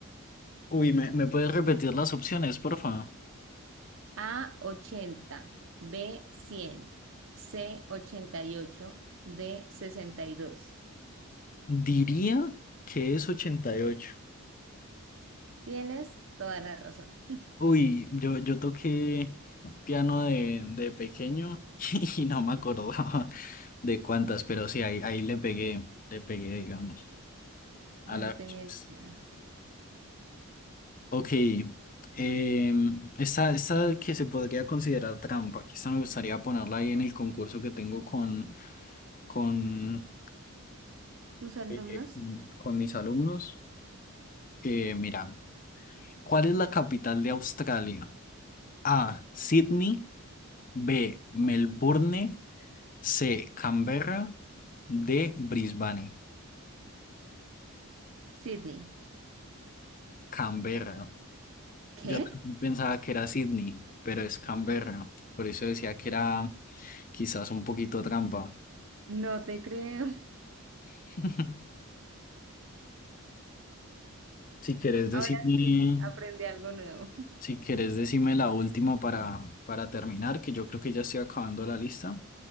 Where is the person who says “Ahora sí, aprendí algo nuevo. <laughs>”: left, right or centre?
Right